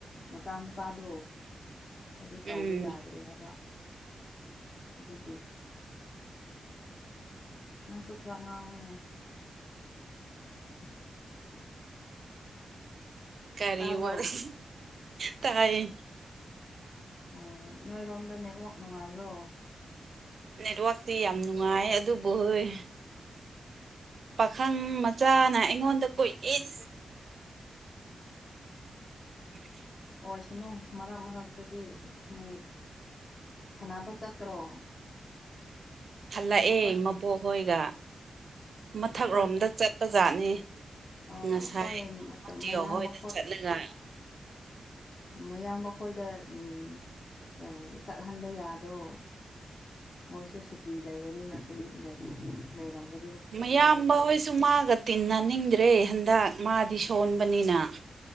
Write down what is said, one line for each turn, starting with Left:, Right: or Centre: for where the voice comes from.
Left: ꯃꯆꯥ ꯃꯆꯥꯗꯣ ꯑꯗꯨ ꯇꯧꯕ
Right: ꯎꯝ
Left: ꯌꯥꯗ꯭ꯔꯦ ꯍꯥꯏꯕ ꯑꯗꯨꯒꯤ ꯅꯪꯁꯨ ꯈꯔꯥ ꯉꯥꯡꯑꯣꯅꯦ <inaudible>
Right: ꯀꯔꯤ
Left: ꯇꯥꯕ꯭ꯔꯣ
Right: ꯋꯥꯔꯤ ꯇꯥꯏꯌꯦ
Left: ꯑꯣ ꯅꯣꯏꯔꯣꯝꯗ ꯅꯦꯠꯋꯥꯛ ꯅꯨꯡꯉꯥꯏꯕ꯭ꯔꯣ
Right: ꯅꯦꯠꯋꯔꯇꯤ ꯌꯥꯝ ꯅꯨꯡꯉꯥꯏ ꯑꯗꯨꯕꯨ ꯍꯣꯏ ꯄꯥꯈꯪ ꯃꯆꯥꯅ ꯑꯩꯉꯣꯟꯗ ꯀꯣꯏ ꯏꯟ
Left: <inaudible>
Right: <inaudible>
Left: ꯑꯣꯏ ꯁꯅꯨ ꯃꯔꯛ ꯃꯔꯛꯇꯗꯤ ꯅꯣꯏ ꯁꯥꯟꯅꯕ ꯆꯠꯇ꯭ꯔꯣ
Right: ꯍꯜꯂꯛꯑꯦ
Left: ꯑꯩꯈꯣꯏ
Right: ꯃꯕꯣꯛꯍꯣꯏꯒ ꯃꯊꯛꯔꯣꯝꯗ
Left: ꯑꯩꯈꯣꯏ
Right: ꯆꯠꯄꯖꯥꯠꯅꯤ
Left: ꯑꯩꯈꯣꯏ
Right: ꯉꯁꯥꯏ ꯃꯇꯤꯑꯣ
Left: ꯃꯌꯥꯝꯕ
Right: ꯍꯣꯏꯗ ꯆꯠꯂꯒ
Left: ꯃꯌꯥꯝ ꯃꯈꯣꯏꯗ ꯎꯝ ꯑ ꯆꯠꯍꯟꯕ ꯌꯥꯗ꯭ꯔꯣ ꯃꯣꯏꯁꯨ ꯁꯨꯇꯤ ꯂꯩꯕꯅꯤꯅ ꯑꯗꯨꯝ ꯂꯩ ꯂꯩꯔꯝꯒ
Right: ꯃꯌꯥꯝꯕ ꯍꯣꯏꯁꯨ ꯃꯥꯒ ꯇꯤꯟꯅ ꯅꯤꯡꯗ꯭ꯔꯦ ꯍꯟꯗꯛ ꯃꯥꯗꯤ ꯁꯣꯟꯕ ꯄꯅꯤꯅ